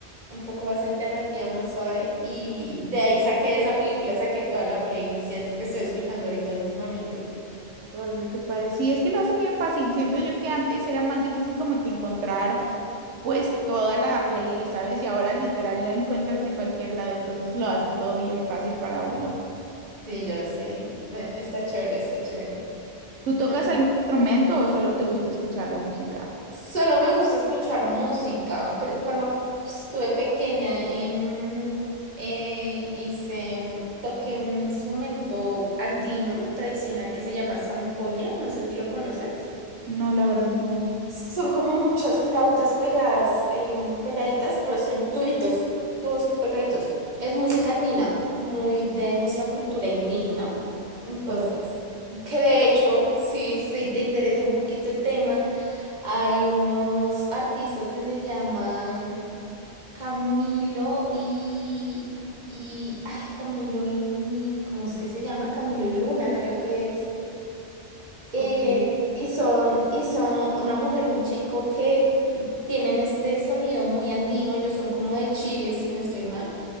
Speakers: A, on the right (about 40°); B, on the right (about 80°).
A: un poco más alternativa, más suave. Y de ahí saqué esa película, saqué toda la playlist y es lo que estoy escuchando ahorita últimamente.
B: Órale, qué padre. Sí, es que lo hacen bien fácil. Siento yo que antes era más difícil como que encontrar pues toda la playlist, ¿sabes? Y ahora literal la encuentras en cualquier lado, entonces lo hacen todo bien fácil para uno.
A: Sí, ya sé. Eh, Está chévere, está chévere.
B: ¿Tú tocas
A: Ujú.
B: algún instrumento o solo te gusta escuchar la música?
A: Solo me gusta escuchar música. aunque Cuando f- estuve pequeña, em, eh, hice, em, toqué un instrumento andino tradicional que se llama zampoña. No sé si lo conoces.
B: No, la verdad no.
A: Son como muchas flautas pegadas, em, pegaditas, pero son tubitos, tubos pegaditos. Es música andina, muy de nuestra cultura indígena. Entonces,
B: Órale,
A: que de hecho, si, si te interesa un poquito el tema, hay unos artistas que se llaman Camilo y, y, ay, Camilo y, ¿cómo es que se llaman? Camilo y Luna, creo que es. Eh,
B: ok.
A: y son, y son una mujer y un chico que tienen este sonido muy andino, ellos son como de Chile, si no estoy mal,